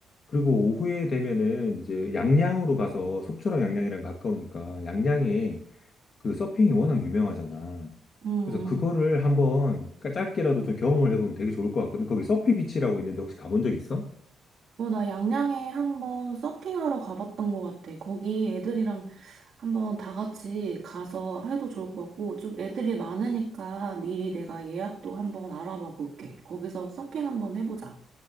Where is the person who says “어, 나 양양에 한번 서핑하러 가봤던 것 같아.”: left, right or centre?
Right